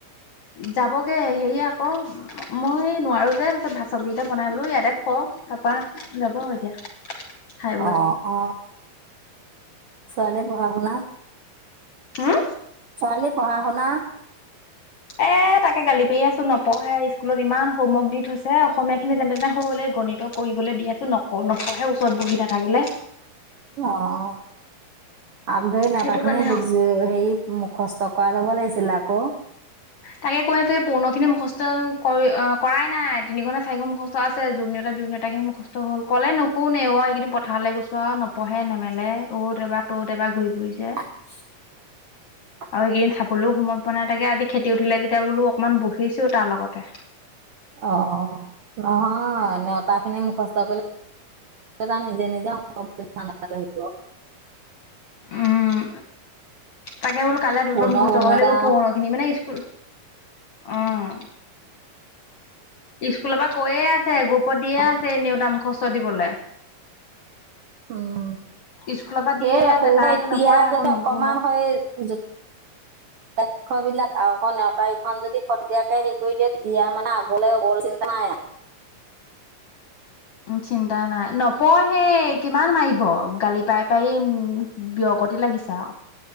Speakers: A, on the left (about 65°); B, on the right (about 80°).
A: যাবগে হেৰি আক। মই নোৱাৰো যে, তাৰপিছত ভাত, চব্জি কেইটা বনাই বোলো ইয়াতে খুৱাও, তাৰপা যাব আৰু এতিয়া। খাই বৈ
B: অ', অ', ছোৱালীয়ে পঢ়া-শুনা,
A: হুম,
B: ছোৱালী পঢ়া-শুনা।
A: এ তাকে গালি পাৰি আছো নপঢ়ে, স্কুলত ইমান হোমৱৰ্ক দি থৈছে। অসমীয়া খিনি যেনে তেনে হ'লে, গণিত কৰিবলৈ দি আচো, নপ নপঢ়ে ওচৰত বহি নাথাকিলে।
B: অ' আগ ধৰি নেওতা
A: সেইটো
B: খিনি
A: কাৰণে
B: বুজি, হেৰি মুখস্থ কৰাই ল'ব লাগিছিল আক।
A: তাকে কৈ আছে, পৌণ খিনি মুখস্থ কৰি আহ কৰাই নাই, তিনিখন নে চাৰিখন মুখস্থ স্ত আছে, যোগনেওতা বিযোগ নেওতাখিনি মুখস্থ হ'ল, ক'লে নুশুনে অ' এইকেইদিন পথাৰলে গছোৱা নপ, পঢ়ে, নেমেলে অত এবাৰ, তত এবাৰ ঘূৰি ফুৰিছে।
B: <inaudible>
A: আৰু এইকেইদিন চাবলৈও সময় পোৱা নাই, তাকে আজি খেতি উঠিলে, তেতিয়া বোলো অকনমান বহিছো তাৰ লগতে।
B: অ', অ' নহয় নেওতা খিনি মুখস্থ কৰিলে, তাৰ নিজে, নিজে অংক পৰীক্ষাত আহিব।
A: উম। তাকে বোলো কাইলে দুনত
B: পুনৰ
A: মুখস্থ
B: গুণ
A: কৰিব
B: এটা
A: লাগিব, পূৰণৰ খিনি মানে স্কুল, উম। স্কুলৰ পৰা কৈয়ে আছে, গ্ৰোপত দিয়ে আছে,
B: উম,
A: এ নিওতা মুখস্থ দিবলে।
B: অহ'
A: স্কুলৰ পৰা দিয়ে
B: সেই
A: আছে
B: সৰুতে,
A: তাই
B: এতিয়া
A: নপঢ়ে আকৌ
B: যদি
A: নুশুনে।
B: অকমান হয়, যোত, <inaudible> ৰাক্ষ বিলাক আকৌ নেওতা ইখন যদি ফটাকে হেৰি কৰি দিয়ে, তেতিয়া মানে আগলৈ অল চিন্তা নাই আৰু।
A: উ চিন্তা নাই নপঢ়েই কিমান মাৰিব, গালি পাই, পাই উম, বিয়কতি লাগিছে আৰু।